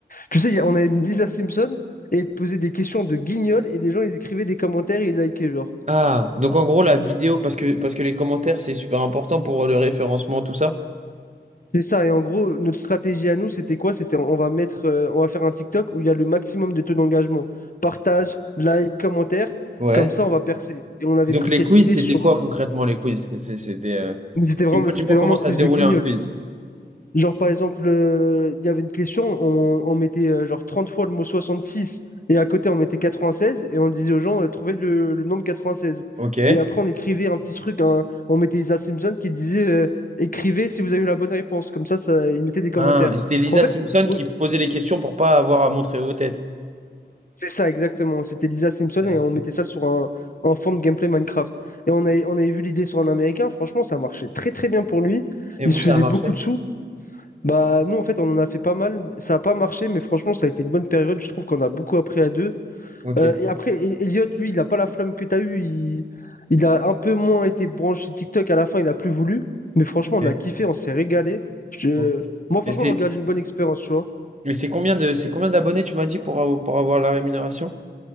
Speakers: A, on the left; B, on the right.
A: tu sais, il y a- on avait mis Lisa Simpson et il te posait des questions de guignol et les gens, ils écrivaient des commentaires et ils likaient, genre.
B: Ah, donc en gros, la vidéo, parce que, parce que les commentaires, c'est super important pour euh, le référencement, tout ça.
A: C'est ça, et en gros, notre stratégie à nous, c'était quoi? C'était on va mettre, euh, on va faire un TikTok où il y a le maximum de taux d'engagement. Partage, like, commentaire,
B: Ouais.
A: comme ça on va percer. Et on avait
B: Donc
A: pris
B: les
A: cette
B: quiz,
A: idée
B: c'était
A: sur.
B: quoi concrètement les quiz? C'est- C'était. euh,
A: Mais c'était vraiment,
B: Dis-moi,
A: c'était
B: dis-moi
A: vraiment
B: comment
A: un
B: ça
A: quiz
B: se déroulait
A: de guignol.
B: un quiz.
A: Genre par exemple, euh, il y avait une question, on, on mettait euh, genre 30 fois le mot 66 et à côté on mettait 96 et on disait aux gens, euh, trouvez le, le nombre seize
B: Ok.
A: Et après on écrivait un petit truc, hein, on mettait Isa Simpson qui disait, euh, écrivez si vous avez eu la bonne réponse. Comme ça, ça, ils mettaient des commentaires.
B: Ah, et c'était Lisa
A: En fait,
B: Simpson
A: au-
B: qui posait les questions pour pas avoir à montrer vos têtes.
A: C'est ça, exactement. C'était Lisa Simpson
B: Intéressant.
A: et on mettait ça sur un, un fond de gameplay Minecraft. Et on avait, on avait vu l'idée sur un Américain. Franchement, ça marchait très très bien pour lui.
B: Et
A: Il
B: vous,
A: se
B: ça
A: faisait
B: a marché?
A: beaucoup de sous. Bah, nous, en fait, on en a fait pas mal. Ça n'a pas marché, mais franchement, ça a été une bonne période. Je trouve qu'on a beaucoup appris à deux.
B: Ok.
A: Euh, et après, E- Elliot, lui, il n'a pas la flamme que tu as eue. Il, il a un peu moins été branché TikTok à la fin. Il n'a plus voulu. Mais franchement, on
B: Ok.
A: a kiffé, on s'est régalé. Je-
B: Bon.
A: moi, franchement,
B: Et t'es-
A: on regarde une bonne expérience, tu vois.
B: mais c'est combien de, c'est combien d'abonnés, tu m'as dit, pour, avoir- pour avoir la rémunération?